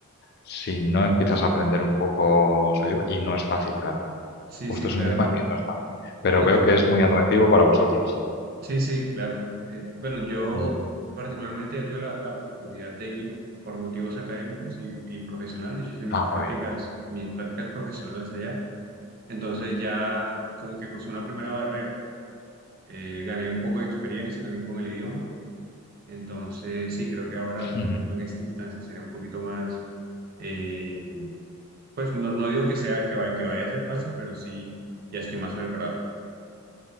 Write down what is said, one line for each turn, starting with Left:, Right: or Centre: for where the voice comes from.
Left: si no empiezas a aprender un poco su idioma, y no es fácil, claro.
Right: Sí,
Left: Justo
Right: sí,
Left: es
Right: claro.
Left: un idioma que no es fácil, pero
Right: De
Left: veo
Right: hecho,
Left: que es muy atractivo para vosotros.
Right: sí, sí, claro. Eh, bueno, yo
Left: Ujú.
Right: particularmente ya tuve la, la oportunidad de ir por motivos académicos y, y profesionales. Yo hice mis
Left: Ah,
Right: prácticas,
Left: muy
Right: mis prácticas profesionales allá. Entonces ya como que crucé una primera barrera, eh, gané un poco de experiencia también con el idioma. Entonces sí, creo que ahora de
Left: bien.
Right: pronto en esta instancia sería un poquito más, eh, pues no, no digo que sea que, va- que vaya a ser fácil, pero sí, ya estoy más preparado.